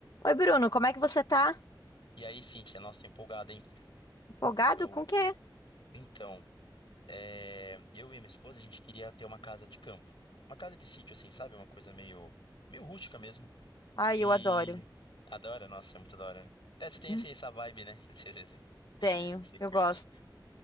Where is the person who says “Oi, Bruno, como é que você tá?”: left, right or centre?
Left